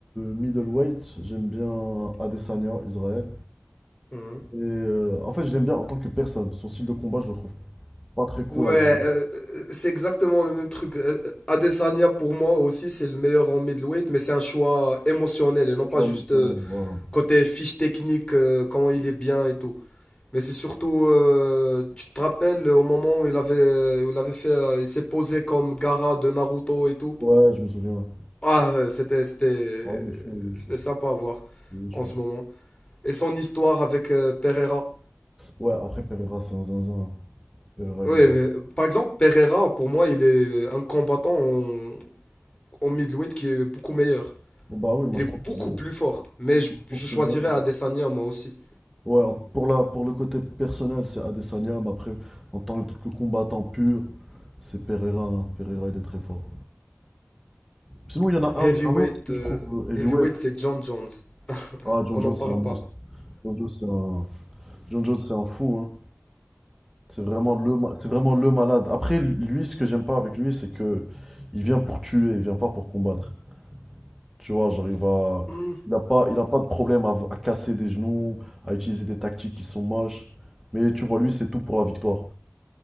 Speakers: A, in the centre; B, on the left (about 25°).
A: middleweight, j'aime bien Adesanya, Israël.
B: Mhm.
A: Et euh, en fait, je l'aime bien en tant que personne. Son style de combat, je le trouve pas très cool
B: Ouais,
A: à regarder.
B: euh, euh, c'est exactement le même truc. Euh, euh, Adesanya, pour moi aussi, c'est le meilleur en middleweight, mais c'est un choix émotionnel et non
A: Pas très
B: pas juste
A: émotionnel,
B: euh,
A: voilà.
B: côté fiche technique, euh, quand il est bien et tout. Mais c'est surtout, euh, tu te rappelles euh, au moment où il avait, où il avait fait, euh, il s'est posé comme Gaara de Naruto et tout.
A: Ouais, je me souviens.
B: Ah, euh, c'était, c'était,
A: Ouais, il est chaud, il est
B: c'était
A: chaud.
B: sympa à voir
A: Il est chaud.
B: en ce moment. Et son histoire avec euh, Pereira.
A: Ouais, après Pereira, c'est un zinzin. Pereira,
B: Ouais,
A: il est...
B: mais, par exemple, Pereira, pour moi, il est un combattant en, en middleweight qui est beaucoup meilleur.
A: Bon, bah oui, moi
B: Il
A: je
B: est
A: trouve
B: beaucoup
A: qu'il est...
B: plus fort. Mais je,
A: je trouve
B: je
A: que
B: choisirais
A: c'est bon.
B: Adesanya, moi aussi.
A: Ouais, en- pour la, pour le côté personnel, c'est Adesanya, mais après, en tant que combattant pur, c'est Pereira. hein. Pereira, il est très fort. Sinon, il y en a
B: Heavyweight,
A: un, un autre que
B: euh,
A: je trouve euh, heavyweight.
B: heavyweight, c'est John Jones.
A: Ah, John
B: On
A: Jones,
B: n'en parle
A: c'est un monstre.
B: pas.
A: John Jones, c'est un, John Jones, c'est un fou. hein. C'est vraiment le, ma- c'est vraiment le malade. Après, lui, ce que j'aime pas avec lui, c'est que il vient pour tuer, il vient pas pour combattre. Tu vois, genre, il va,
B: Hmm.
A: il a pas, il a pas de problème à, à casser des genoux, à utiliser des tactiques qui sont moches. Mais tu vois, lui, c'est tout pour la victoire.